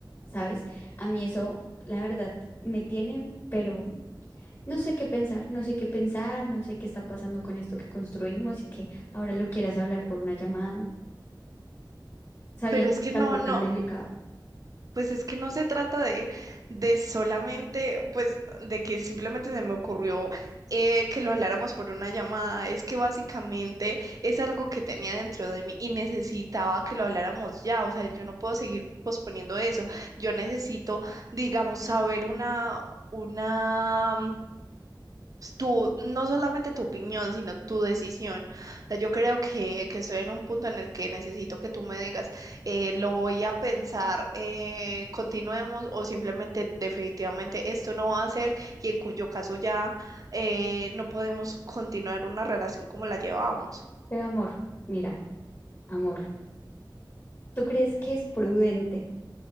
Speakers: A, on the left; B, on the right.
A: ¿sabes? A mí eso, la verdad, me tiene, pero no sé qué pensar, no sé qué pensar, no sé qué está pasando con esto que construimos y que ahora lo quieras hablar por una llamada, sabiendo
B: Pero es
A: que
B: que
A: es
B: no,
A: algo
B: no.
A: tan delicado.
B: Pues es que no se trata de, de solamente, pues, de que simplemente se me ocurrió eh, que lo habláramos por una llamada. Es que básicamente es algo que tenía dentro de mí y necesitaba que lo habláramos ya. O sea, yo no puedo seguir posponiendo eso. Yo necesito, digamos, saber una, una tu, no solamente tu opinión, sino tu decisión. O sea, yo creo que, que estoy en un punto en el que necesito que tú me digas, eh, lo voy a pensar, eh, continuemos o simplemente definitivamente esto no va a ser y en cuyo caso ya eh, no podemos continuar una relación como la llevábamos.
A: Pero amor, mira, amor, ¿tú crees que es prudente